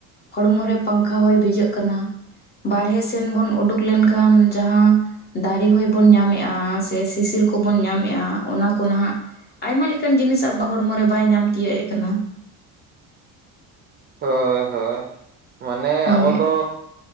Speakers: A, on the left (about 25°); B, on the right (about 25°).
A: ᱦᱚᱲᱢᱚ ᱨᱮ ᱯᱟᱝᱠᱷᱟ ᱦᱚᱭ ᱵᱷᱤᱡᱟᱹᱜ ᱠᱟᱱᱟ ᱵᱟᱨᱦᱮ ᱥᱮᱱ ᱵᱚᱱ ᱩᱰᱩᱠ ᱞᱮᱱ ᱠᱷᱟᱱ ᱡᱟᱦᱟᱸ ᱫᱟᱨᱮ ᱦᱚᱭ ᱵᱚᱱ ᱧᱟᱢ ᱮᱜᱼᱟ ᱥᱮ ᱥᱤᱥᱤᱨ ᱠᱚᱵᱚᱱ ᱧᱟᱢᱮᱜᱼᱟ ᱚᱱᱟ ᱠᱚ ᱱᱟᱦᱟᱜ ᱟᱭᱢᱟ ᱞᱮᱠᱟᱱ ᱡᱤᱱᱤᱥ ᱟᱵᱚᱣᱟᱜ ᱦᱚᱲᱢᱚ ᱨᱮ ᱵᱟᱭ ᱧᱟᱢ ᱛᱤᱭᱳᱜ ᱮᱫ ᱠᱟᱱᱟ
B: ᱦᱳᱭ ᱦᱳᱭ ᱢᱟᱱᱮ
A: ᱦᱳᱭ
B: ᱟᱵᱚ ᱫᱚ